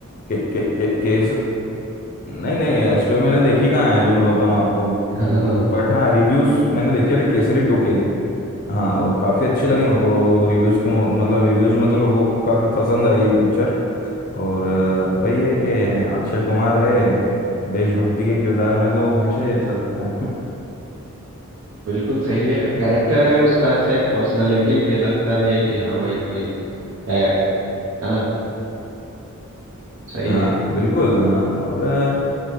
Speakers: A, on the left; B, on the right.
A: के, के, के, केस नहीं नहीं स्टोरी मैंने देखी कहाँ है जो मैं बताऊँ आपको
B: <laughs>
A: बट हाँ रिव्यूज मैंने देखे थे केसरी टू के हाँ वो काफी अच्छी लगी मेरे को रिव्यूज के मु- मतलब रिव्यूज में तो लोगों को काफी पसंद आई है पिक्चर और अ, वही है कि अक्षय कुमार है अ, देशभक्ति के किरदार में तो वो हमेशा ही अच्छा लगता है <laughs>
B: बिल्कुल सही है कैरेक्टर है उसका अच्छा एक पर्सनालिटी भी है लगता भी है कि हाँ भाई कोई है है ना सही
A: हाँ
B: है
A: बिल्कुल अ, और अ,